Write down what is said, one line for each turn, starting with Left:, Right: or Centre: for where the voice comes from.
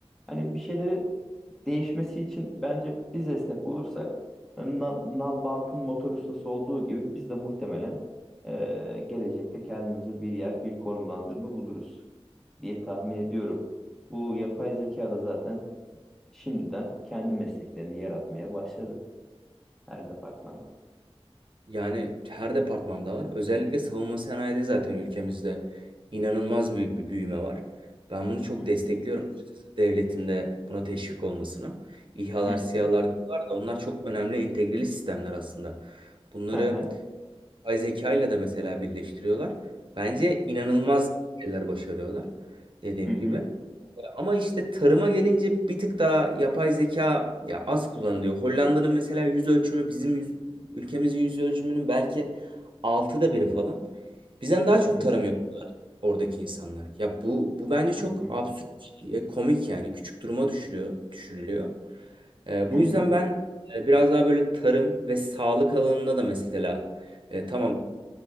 Centre: Hani bir şeyleri değişmesi için bence biz esnek olursak e, Na- Nalbant'ın motor ustası olduğu gibi biz de muhtemelen e, gelecekte kendimize bir yer, bir konumlandırma buluruz diye tahmin ediyorum. Bu yapay zeka da zaten şimdiden kendi mesleklerini yaratmaya başladı her departmanda.
Right: Yani her departmanda var. Özellikle savunma sanayide zaten ülkemizde inanılmaz büyük bir büyüme var. Ben bunu çok
Centre: Hı
Right: destekliyorum
Centre: hı.
Right: açıkçası. Devletin de buna teşvik olmasına. İHA'lar,
Centre: Hı
Right: SİHA'lar
Centre: hı.
Right: diyorlar da onlar çok önemli entegreli sistemler aslında. Bunları
Centre: Hı hı.
Right: yapay zeka ile de mesela birleştiriyorlar. Bence inanılmaz şeyler başarıyorlar dediğim
Centre: Hı hı.
Right: gibi. Ama işte tarıma gelince bir tık daha yapay zeka ya az kullanılıyor. Hollanda'nın mesela yüz ölçümü bizim yüz- ülkemizin yüz ölçümünün belki altıda biri falan. Bizden daha
Centre: Hı
Right: çok
Centre: hı.
Right: tarım yapıyor oradaki insanlar. Ya bu bu bence çok
Centre: Hı hı.
Right: absürt ve komik yani küçük duruma düşürüyor, düşürülüyor. Ee,
Centre: Hı
Right: bu
Centre: hı.
Right: yüzden ben e, biraz daha böyle tarım ve sağlık alanında da mesela e, tamam